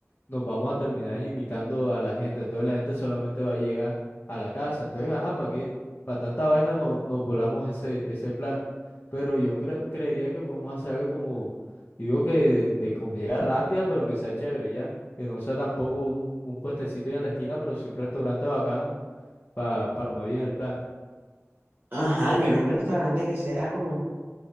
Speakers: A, on the left; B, on the right.
A: nos vamos a terminar limitando a la gente. Entonces la gente solamente va a llegar a la casa. Entonces, ajá, ¿para qué? Para tanta vaina no, nos volamos ese, ese plan. Pero yo creo, creería que podemos hacer algo como, digo que de, de comida rápida, pero que sea chévere ya. Que no sea tampoco un, un puestecito ahí en la esquina, pero sí un restaurante bacano para armar bien el plan.
B: Ajá, al menos un restaurante que sea como